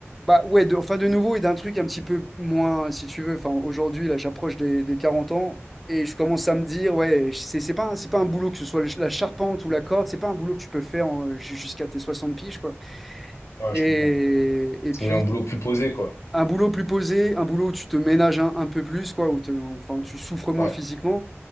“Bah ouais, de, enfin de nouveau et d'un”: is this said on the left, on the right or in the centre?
Centre